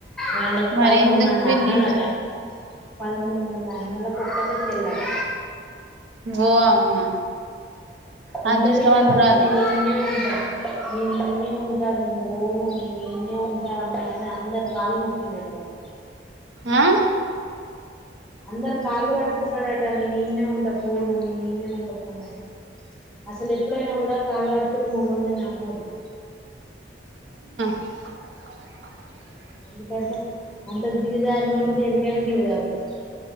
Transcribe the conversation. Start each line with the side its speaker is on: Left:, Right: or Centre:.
Centre: వాళ్ళకు
Right: మరి
Centre: పదమూడు
Right: ఎందుకు
Centre: మంది
Right: పెళ్లి
Centre: అన్నలట
Right: చేసిండు
Centre: పదమూడు మందన్నలకు ఒక్కతే చెల్లట
Right: ఓ అమ్మా
Centre: నిన్నటిచేమో
Right: అదృష్టవంతురాలే
Centre: ఒచ్చింది నిన్నే <unintelligible> నేనీన్నే ఉంటా నేను బోను నేనీన్నే ఉంటా అనందరి కాళ్ళు మొక్కిండట వాడు
Right: ఆ
Centre: అందరి కాళ్ళు పట్టుకున్నడట నేనీన్నే ఉంట పోను అసలు నేనెప్పుడైనా కూడా కాళ్ళు పట్టుకున్న మొగోన్నే నమ్మొద్దు
Right: <inaudible>
Centre: ఎందుకంటె అంతకు దిగజారినొల్లు దేనికైనా దిగజారుతరు